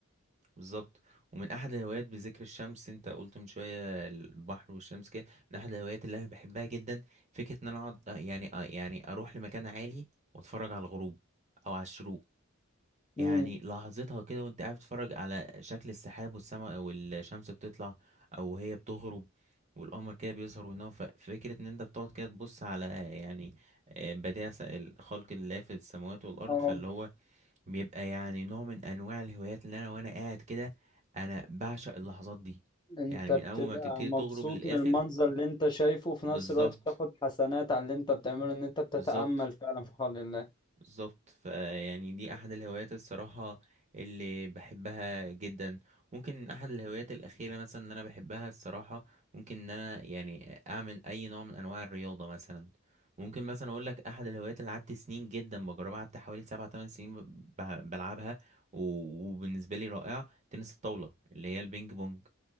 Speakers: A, on the right (about 35°); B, on the left (about 20°).
A: بالظبط ومن احد الهوايات بذكر الشمس انت قلت من شوية البحر والشمس كده من احد الهوايات اللي انا بحبها جدا فكرة ان انا اقعد آه، يعني آه، يعني اروح لمكان عالي واتفرج على الغروب او على الشروق يعني
B: مم.
A: لحظتها كده وانت قاعد بتتفرج على شكل السحاب والسماء والشمس بتطلع او هي بتغرب والقمر كده بيظهر وينام ف- ففكرة ان انت بتقعد كده تبص على يعني آه، بديع س- الخلق الله في السماوات والارض
B: اه
A: فاللي هو بيبقى يعني نوع من انواع الهوايات اللي انا وانا قاعد كده انا بعشق اللحظات دي
B: أنت
A: يعني من
B: بتبقى
A: اول ما تبتدي
B: مبسوط
A: تغرب للاخر
B: من المنظر اللي أنت شايفه وفي
A: بالظبط
B: نفس الوقت بتاخد حسنات على اللي أنت بتعمله إن أنت بتتأمل
A: بالظبط
B: فعلا في خلق الله
A: بالظبط فيعني دي احد الهوايات الصراحة اللي بحبها جدا ممكن احد الهوايات الاخيرة مثلا اللي انا بحبها الصراحة ممكن ان انا يعني اعمل اي نوع من انواع الرياضة مثلا ممكن مثلا اقول لك احد الهوايات اللي قعدت سنين جدا بجربها قعدت حوالي سبع تمن سنين ب- ب- بلعبها و- وبالنسبة لي رائعة تنس الطاولة اللي هي البينج بونج